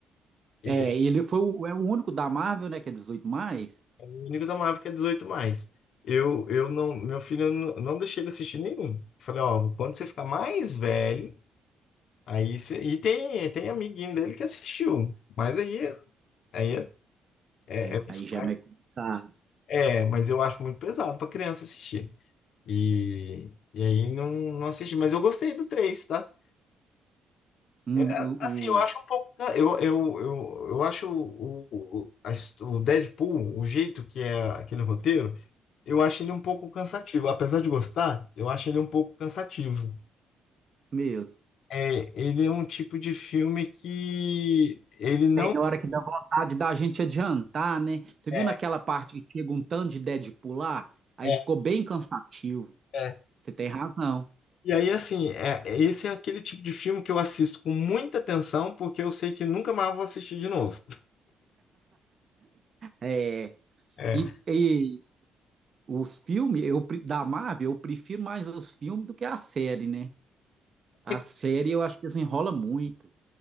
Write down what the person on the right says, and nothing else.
É, ele foi o, é o único da Marvel, né, que é 18 mais.
É,
aí
já é meio complicado.
Hum,
o,
Meu,
tem hora que dá vontade da gente adiantar, né? Você
viu naquela parte que chega um tanto de Deadpool lá? Aí
ficou bem cansativo.
Você tem razão.
É,
e, e os filmes eu, pre- da Marvel, eu prefiro mais os filmes do que a série, né? A
série eu acho que desenrola muito.